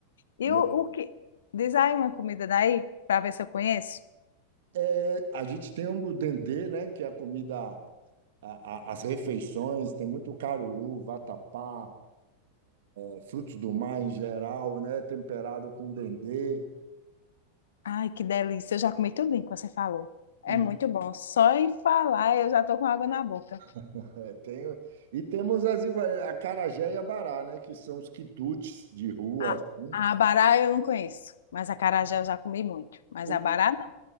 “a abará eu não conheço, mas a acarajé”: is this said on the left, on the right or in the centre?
Left